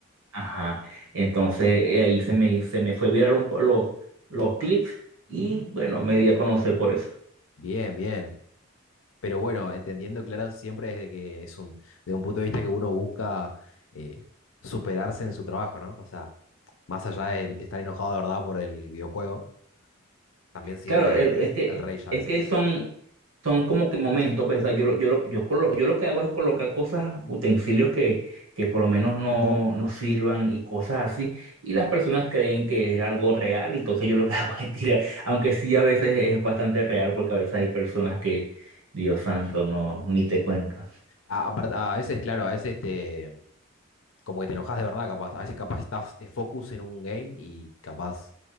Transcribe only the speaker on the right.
Ajá. Entonces eh, ahí se me, se me fue viral un po- los, los clics y
bueno, me di a conocer por eso.
Claro, el- es que,
es
que son, son como que momentos, pues, o sea, yo, lo- yo, lo- yo, colo- yo lo que hago es colocar cosas, utensilios que, que por lo menos no, no sirvan y cosas así, y las personas creen que es algo real, entonces yo lo que <laughs> hago es tirar, aunque sí a veces es bastante real, porque a veces hay personas que, Dios santo, no, ni te cuento.